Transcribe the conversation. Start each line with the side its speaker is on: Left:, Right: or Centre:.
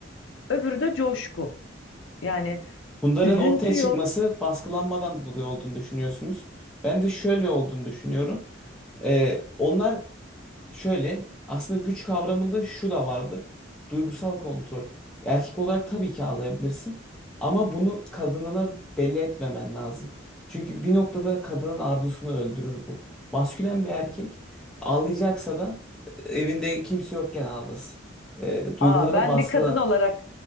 Left: öbürü de coşku. Yani
Centre: Bunların
Left: üzüntü
Centre: ortaya çıkması
Left: yok.
Centre: baskılanmadan dolayı olduğunu düşünüyorsunuz. Ben de şöyle olduğunu düşünüyorum. E, onlar Şöyle aslında güç kavramında şu da vardır. Duygusal kontrol. Erkek olarak tabii ki ağlayabilirsin ama bunu kadınına belli etmemen lazım. Çünkü bir noktada kadının arzusunu öldürür bu. Maskülen bir erkek ağlayacaksa da evinde kimse yokken ağlasın. E, duygularına
Left: Aa, ben
Centre: baskı
Left: bir kadın olarak